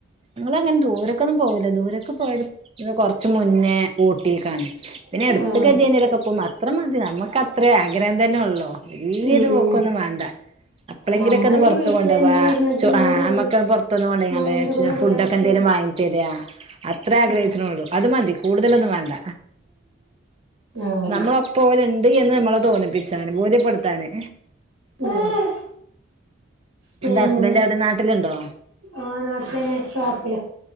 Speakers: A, on the right; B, on the right.
A: ഞങ്ങളങ്ങനെ ദൂരൊക്കൊന്നും പോവൂല ദൂരക്ക് പോയത്‌ കൊർച്ച് മുന്നേ ഊട്ടിക്കാണ്. പിന്നെ എട്‌ത്ത്ക്കെദിയെനെലൊക്കെ
B: ആഹ്
A: പോവും അത്രമതി ന്നമ്മക്ക് അത്രേ ആഗ്രഹം തന്നെള്ളു. വല്ല്യൊരു
B: ഉം
A: പോക്കൊന്നും വാണ്ട. അപ്പളെങ്കിലൊക്കെ
B: നമ്മള്
A: ഒന്ന് പുറത്ത്
B: ഈ വീട്ടിലെന്നും
A: കൊണ്ടുവാ
B: ഇരുന്നിട്ട്
A: ചു
B: പിന്നെ
A: ആ
B: ഒരു
A: അമ്മക്ക്
B: റി
A: പൊർത്തൊന്ന് കൊൺണ്ടെങ്കാണ്ട്.
B: മൈൻഡൊക്കെ ഒന്ന്
A: ഫുഡൊക്കെ
B: റിലാക്സ്
A: എന്തേലും
B: ചെയ്യാൻ
A: വാങ്ങി തെരാ. അത്രെ ആഗ്രയിച്ച്ണുള്ളൂ
B: ആഹ്
A: അത് മതി കൂടുതലൊന്നും വാണ്ട
B: ആഹ്
A: നമ്മളോക് പോല്ണ്ട്ന്ന് എന്ന് ന്നമ്മളെ തോന്നിപ്പിച്ചാന് ബോധ്യപ്പെടുത്താന്.
B: ഉം പിന്നെ
A: എന്താ ഹസ്ബൻഡ് എവിടെ നാട്ടിലുണ്ടോ
B: ആ നാട്ടിലന്നെ ഷോപ്പില്